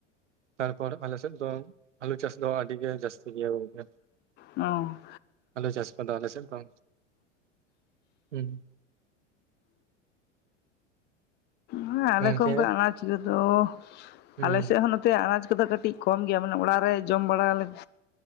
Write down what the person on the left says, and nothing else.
ᱚᱸ
ᱦᱮᱸ ᱟᱞᱮ
ᱠᱚ ᱚᱱᱠᱟ ᱟᱱᱟᱡᱽ ᱠᱚ ᱫᱚ
ᱟᱞᱮᱥᱮᱫ ᱦᱚᱸ ᱱᱚᱛᱮ ᱟᱱᱟᱡᱽ ᱠᱚᱫᱚ ᱠᱟᱹᱴᱤᱡ ᱠᱚᱢ ᱜᱮᱭᱟ ᱢᱟᱱᱮ ᱚᱲᱟᱜ ᱨᱮ ᱡᱚᱢ ᱵᱟᱲᱟ ᱞᱮ